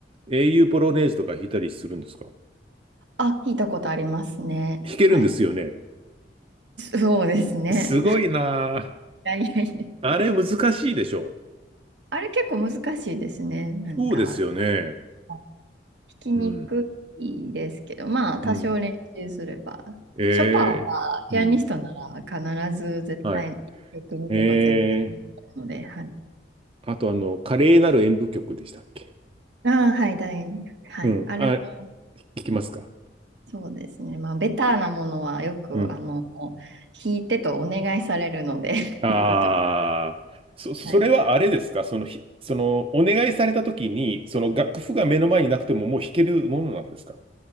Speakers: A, on the right; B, on the right.
A: 英雄ポロネーズとか弾いたりするんですか
B: あ、弾いたことありますね。
A: 弾けるんですよね。
B: はい。そうですね。
A: すごいな
B: <laughs> いやいやいや。
A: あ。あれ難しいでしょ。
B: あれ結構難しいですね。なんか、
A: そうですよね。
B: 弾きにくいですけど、
A: うん。
B: まあ、多少練習すれば。
A: うん。ええうん。
B: ショパンはピアニストなら必ず絶対1曲2とか絶対弾くので、
A: はい。ええ
B: はい
A: あと、あの、華麗なる演舞曲でしたっけ
B: ああ、はい、楕円。はい。
A: うん。
B: あれも
A: あ、聞きますか
B: そうですね。まあ、ベターなものはよく、
A: うん。
B: あの、弾いてとお願いされるので
A: ああ、
B: <laughs> 弾くと。
A: そ、それはあれですかその、
B: はい。
A: ひその、お願いされた時に、その楽譜が目の前になくてももう弾けるものなんですか